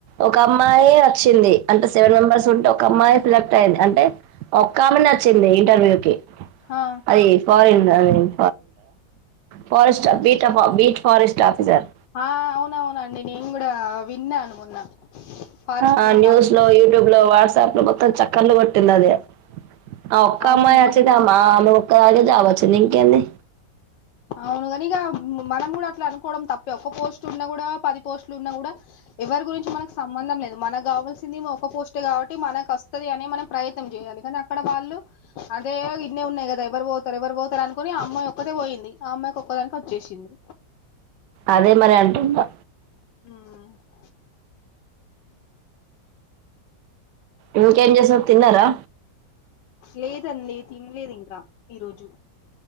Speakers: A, on the right; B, on the left.
A: ఒక అమ్మాయి అచ్చింది అంటే సెవెన్ మెంబెర్స్ ఉంటే ఒక్క అమ్మాయి సెలెక్ట్ అయింది అంటే ఒక్క ఆమెనే అచ్చింది ఇంటర్వ్యూకి
B: ఆ
A: అది ఫారన్న్ forest beat beat forest officer
B: ఆ అవున అవునండి నేను కూడా విన్నాను మొన్న ఫారెస్ట్
A: ఆ
B: బీట్
A: న్యూస్
B: ఆఫీస్
A: లో యూట్యూబ్ లో వాట్సాప్ లో మొత్తం చక్కర్లు పట్టింది అది ఆ ఒక్క
B: అవును
A: అమ్మాయి వచ్చిద అమ్మా అమె ఒక్క అగే జావచ్చు నీ కేంది
B: అవునుగాని ఇక మనం కూడా అట్లా అనుకోవడం తప్పే ఒక్క పోస్ట్ ఉన్నా కూడా పది పోస్ట్లు ఉన్నా కూడా ఎవరి గురించి మనకు సంబంధం లేదు మనకు కావాల్సిం సింది ఒక పోస్టే కాబట్టి మనకు వస్తది అని మనం ప్రయత్నం చేయాలి కానీ అక్కడ వాళ్ళు అదే ఇన్నే ఉన్నాయి కదా ఎవరు పోతారు ఎవరు పోతారు అనుకుని ఆ అమ్మాయి ఒక్కతే పోయింది ఆ అమ్మాయికి ఒక్కదానికి వచ్చేసింది
A: అదే మరి అంటుంన్నా
B: మ్
A: ఇంకేమ్ చేసావు తిన్నారా
B: లేద అండి తిన్ లేదు ఇంకా ఈరోజు